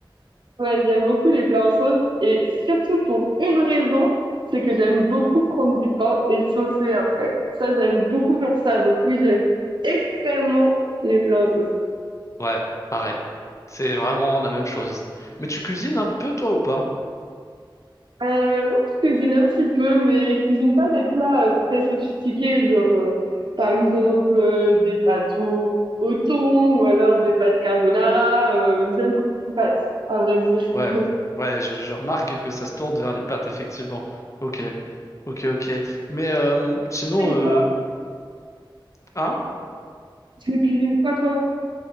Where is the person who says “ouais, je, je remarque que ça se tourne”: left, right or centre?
Left